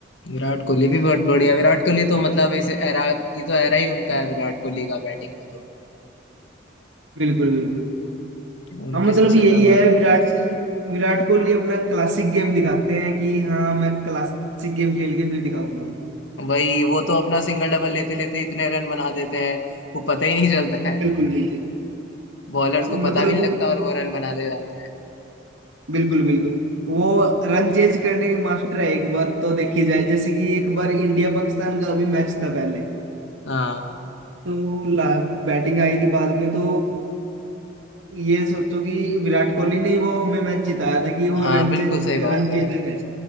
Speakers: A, on the left; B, on the right.
A: विराट कोहली भी बहुत बढ़िया विराट कोहली तो मतलब इसे एरा ये तो एरा ही उनका है विराट कोहली का बैटिंग का तो
B: बिल्कुल बिल्कुल
A: उनके
B: हाँ मतलब
A: सबसे
B: यही
A: ज्यादा
B: है विराट विराट कोहली अपना क्लासिक गेम दिखाते हैं कि हाँ मैं क्लासिक गेम खेल के फिर दिखाऊंगा
A: वही वो तो अपना सिंगल डबल लेते लेते इतने रन बना देते हैं वो पता ही नहीं चलता है
B: बिल्कुल बिल्कुल
A: बॉलर्स को पता
B: मतलब
A: भी नहीं
B: वो
A: लगता और वो रन बना ले जाते हैं
B: बिल्कुल बिल्कुल वो रन चेज करने के मास्टर है एक बात तो देखी जाए जैसे कि एक बार इंडिया पाकिस्तान का अभी मैच था पहले
A: हाँ
B: तो बैटिंग आई थी बाद में तो ये सोचो कि विराट कोहली ने ही वो हमें मैच जिताया था कि वो
A: हाँ
B: रन
A: बिल्कुल
B: चेंज
A: सही बात
B: रन
A: है
B: चेजर है